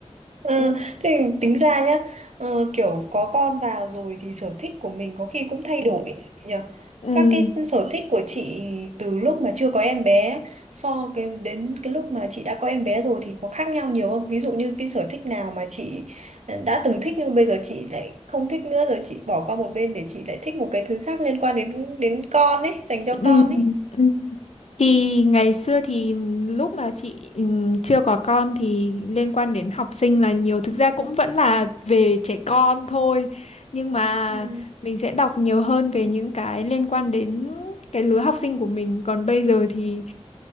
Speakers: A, on the right; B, on the left.
A: Ờ,
B: Ừ,
A: thì tính ra nhá ờ, kiểu có con vào rồi thì sở thích của mình có khi cũng thay đổi ấy nhỉ
B: ừ,
A: các cái sở thích của chị từ lúc mà chưa có em bé so cái đến cái lúc mà chị đã có em bé rồi thì có khác nhau nhiều không ví dụ như cái sở thích nào mà chị ờ, đã từng thích nhưng bây giờ chị lại không thích nữa rồi chị bỏ qua một bên để chị lại thích một cái thứ khác liên quan đến đến con ấy dành cho
B: Ừ.
A: con ấy
B: ừ. Thì ngày xưa thì lúc mà chị ừm, chưa có con thì liên quan đến học sinh là nhiều thực ra cũng vẫn là về trẻ con thôi nhưng mà
A: Ừ.
B: mình sẽ đọc nhiều hơn về những cái liên quan đến cái lứa học sinh của mình còn bây giờ thì